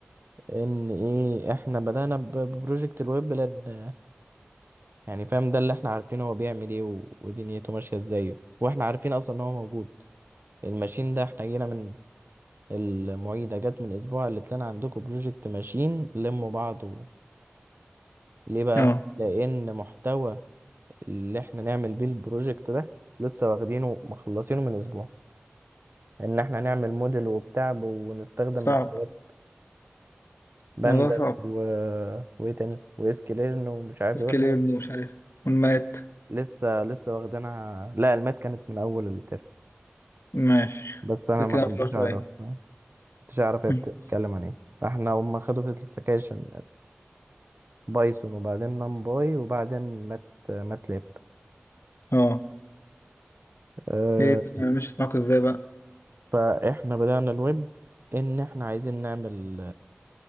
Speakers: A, on the right (about 60°); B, on the left (about 80°).
A: ان ايه احنا بدأنا ب- ببروجكت الويب لان يعني فاهم ده اللي احنا عارفينه هو بيعمل ايه و- ودنيته ماشية ازاي واحنا عارفين اصلا ان هو موجود الماشين ده احنا جينا من المعيدة جت من اسبوع قالت لنا عندكم بروجكت ماشين لموا بعض و- ليه بقى
B: اه
A: لان محتوى اللي احنا نعمل بيه البروجكت ده لسه واخدينه مخلصينه من اسبوع ان احنا هنعمل موديل وبتاع ونستخدم
B: صعب
A: مكتبات بانداس
B: الموضوع صعب
A: و... وايه تاني واسكليرن ومش عارف
B: سكيل
A: ايه الحاجات
B: يبني مش عارف والمات
A: دي. لسه لسه واخدينها لا المات كانت من اول الترم
B: ماشي
A: بس انا
B: ده كده
A: ما كنتش
B: الموضوع صعب
A: اعرف ما كنتش اعرف هي
B: <laughs>
A: بتتكلم عن ايه فاحنا هم خدوا في السكاشن بايثون وبعدين نمباي وبعدين مات ماتلاب
B: اه
A: أه
B: ايه الدنيا مشيت معاكوا ازاي بقى؟
A: فاحنا بدأنا الويب ان احنا عايزين نعمل